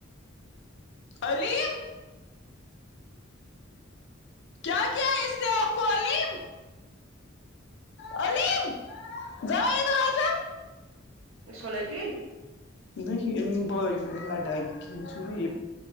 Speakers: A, on the left; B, on the right.
A: علیم کیا کیہ اس نے آپکو علیم علیم جاؤ ادھر آ جاؤ
B: اس کو لگی
A: نہیں یہ باائیون میں لڑائی ک ن یہ